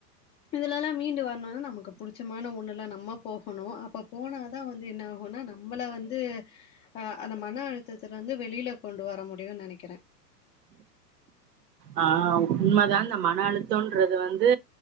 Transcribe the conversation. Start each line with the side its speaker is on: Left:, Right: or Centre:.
Left: இதுலெல்லா மீண்டு வரணுனா நமக்கு புடிச்சமான ஒண்ணுல நம்ம போகணு அப்ப போனா தா வந்து என்ன போனா நம்மள வந்து அ அந்த மன அழுத்தத்துலந்து வெளில கொண்டு வர முடியு நெனைக்கிறே
Right: ஆ உண்மதா அந்த மன அழுத்தம்ன்றது வந்து